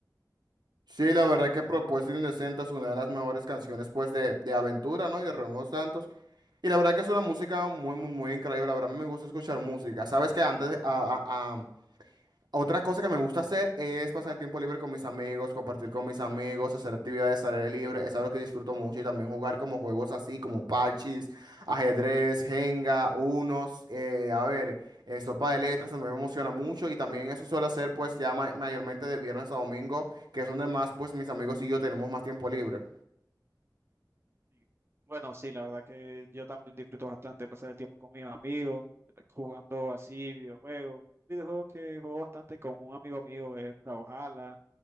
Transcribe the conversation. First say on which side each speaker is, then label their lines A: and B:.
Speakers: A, on the right; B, on the right.
A: Sí, la verdad que Propuesta Indecente es una de las mejores canciones pues de, de Aventura, ¿no? Y de Romeo Santos. Y la verdad que es una música muy, muy, muy increíble. La verdad, a mí me gusta escuchar música. ¿Sabes que antes, a, a- a- Otra cosa que me gusta hacer es pasar tiempo libre con mis amigos, compartir con mis amigos, hacer actividades al aire libre. Es algo que disfruto mucho y también jugar como juegos así, como parches, ajedrez, Jenga, unos, eh, a ver, eh, sopa de letras, también me emociona mucho y también eso suelo hacer pues ya ma- mayormente de viernes a domingo, que son donde más pues mis amigos y yo tenemos más tiempo libre.
B: Sí. Bueno, sí, la verdad que yo también disfruto bastante pasar el tiempo con mis amigos, jugando así videojuegos. Videojuego que juego bastante con un amigo mío es Brawlhalla,